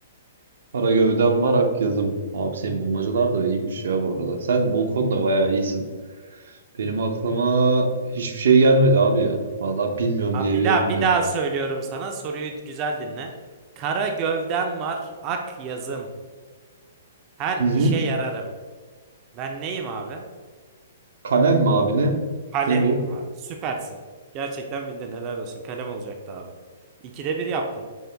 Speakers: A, on the right (about 75°); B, on the right (about 30°).
A: Kara gövdem var ak yazım. Abi senin bulmacalar da iyiymiş ya bu arada. Sen bu konuda bayağı iyisin. Benim aklıma hiçbir şey gelmedi abi ya. Vallahi bilmiyorum
B: Abi
A: diyebilirim
B: bir daha
A: yani.
B: bir daha söylüyorum sana soruyu güzel dinle. Kara gövdem var, ak yazım, her
A: Hı hı.
B: işe yararım. Ben neyim abi?
A: Kalem mi abi ne?
B: Kalemim
A: Ne bu?
B: abi. Süpersin. Gerçekten bildin helal olsun. Kalem olacaktı abi. İkide bir yaptın.